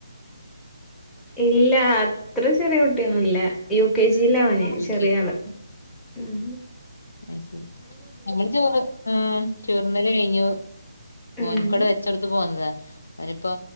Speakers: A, in the centre; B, on the left.
A: ഇല്ല അത്ര ചെറിയ കുട്ടിയൊന്നുംല്ല യു കെ ജി ലാ ഓന്
B: യു
A: ചെറിയ ആള് മ്
B: അഹ് ശരി. നമ്മള് ചോറ് ആ ചോറുണ്ണല് കഴിഞ്ഞു മോൻകടെ
A: ഉം
B: വെച്ചൊടുത്തു പോന്നതാ അവനിപ്പോ